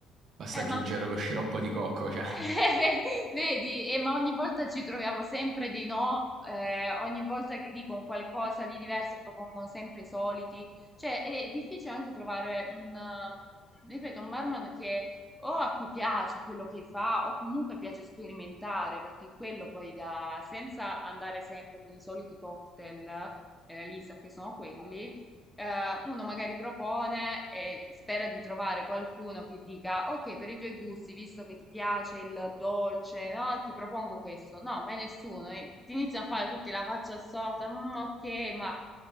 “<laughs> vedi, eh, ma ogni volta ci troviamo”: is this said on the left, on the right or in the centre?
Centre